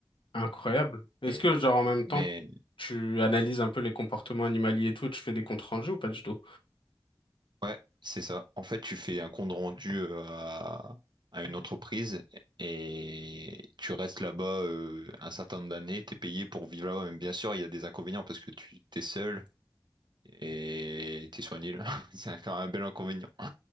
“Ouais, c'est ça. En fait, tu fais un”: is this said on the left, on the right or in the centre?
Right